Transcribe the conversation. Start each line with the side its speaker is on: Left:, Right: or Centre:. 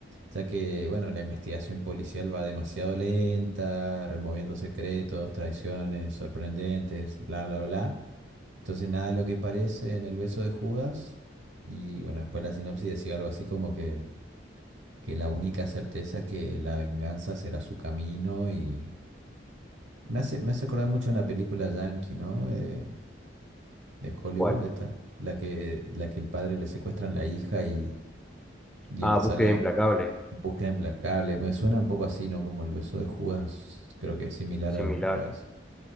Right: Ya que, bueno, la investigación policial va demasiado lenta, removiendo secretos, traiciones sorprendentes, bla, bla, bla. Entonces nada de lo que parece en el beso de Judas. Y bueno, después la sinopsis decía algo así como que, que la única certeza es que la venganza será su camino y me hace, me hace acordar mucho a una película yankee, ¿no? De, de Hollywood,
Centre: ¿Cuál?
Right: esta, la que, la que el padre le secuestran la hija y, y
Centre: Ah,
Right: él sale
Centre: Búsqueda Implacable,
Right: a búsqueda implacable. Me suena un poco así, ¿no? Como el beso de Judas, creo que es similar
Centre: similar.
Right: a, a eso.